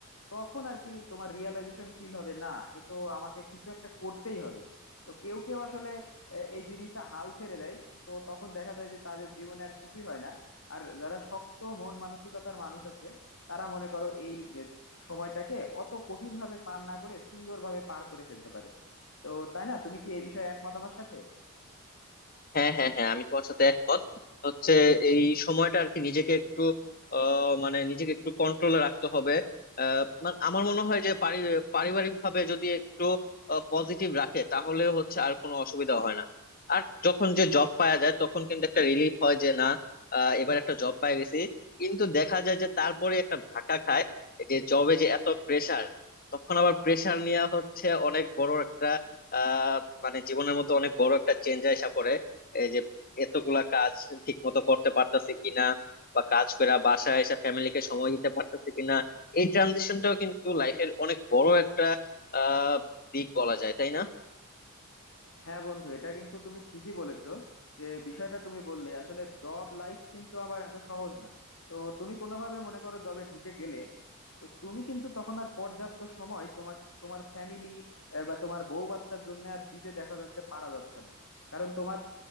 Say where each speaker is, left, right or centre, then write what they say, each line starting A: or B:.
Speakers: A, on the left; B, on the left.
A: তখন আর কি তোমার রিয়েলাইজেশন ফিল হবে না এ তো আমাকে কিছু একটা করতেই হবে তো কেউ কেউ আসলে আহ, এই জিনিসটা হাল ছেড়ে দেয় তো তখন দেখা যায় যে তাদের জীবনে আর কিছুই হয় না আর যারা শক্ত মন মানসিকতার মানুষ আছে তারা মনে করো এই আহ, সময়টাকে অত কঠিন ভাবে পার না করে সুন্দরভাবে পার করে ফেলতে পারে তো তাই না তুমি কি এই বিষয়ে একমত আমার সাথে
B: হ্যাঁ হ্যাঁ হ্যাঁ আমি তোমার সাথে একমত হচ্ছে এই সময়টা আর কি নিজেকে একটু আহ, মানে নিজেকে একটু কন্ট্রোলে রাখতে হবে আহ, মানে আমার মনে হয় যে পারিবারিক ভাবে যদি একটু পজিটিভ রাখে তাহলে হচ্ছে আর কোনো অসুবিধা হয় না আর যখন যে জব পাওয়া যায় তখন কিন্তু একটা রিলিফ হয় যে না আহ, এবার একটা জব পাই গেছি কিন্তু দেখা যায় যে তারপরে একটা ধাক্কা খায় এই যে জবে যে এত প্রেসার তখন আবার প্রেসার নিয়ে হচ্ছে অনেক বড় একটা আহ মানে জীবনের মতো অনেক বড় একটা চেঞ্জ আসা পড়ে এই যে এতগুলা কাজ ঠিক মতো করতে পারতেছে কিনা বা কাজ করে বাসায় এসে ফ্যামিলিকে সময় দিতে পারতেছে কিনা এই ট্রানজিশনটাও কিন্তু লাইফের অনেক বড় একটা আহ দিক বলা যায় তাই না
A: হ্যাঁ বন্ধু এটা কিন্তু তুমি ঠিকই বলেছো যে বিষয়টা তুমি বললে আসলে জব লাইফ কিন্তু আবার এত সহজ না তো তুমি কোনোভাবে মনে করো জবে ঢুকে গেলে তো তুমি কিন্তু তখন আর পর্যাপ্ত সময় তোমাকে তোমার ফ্যামিলি বা তোমার বউ বাচ্চার জন্য আর দিতে দেখা যাচ্ছে পারা যাচ্ছে না কারণ তোমার